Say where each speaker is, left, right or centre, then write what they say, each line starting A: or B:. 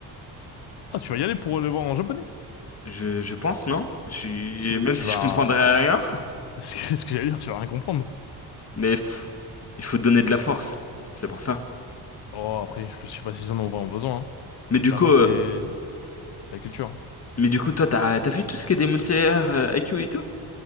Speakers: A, on the left (about 75°); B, on the left (about 40°).
A: Ah, tu vas y aller pour le voir en japonais.
B: Je, je pense, non? Je suis...
A: Tu,
B: Même
A: tu
B: si
A: vas.
B: je comprendrais rien.
A: <laughs> Ce que, ce que j'allais dire, tu vas rien comprendre.
B: Mais pff, il faut donner de la force. C'est pour ça.
A: Oh, après, je, je sais pas s'ils en ont vraiment besoin. hein.
B: Mais du
A: Là-bas,
B: coup, euh,
A: c'est. C'est la culture.
B: mais du coup, toi, t'as t'as vu tout ce qui est Demon Slayer, euh, IQ et tout?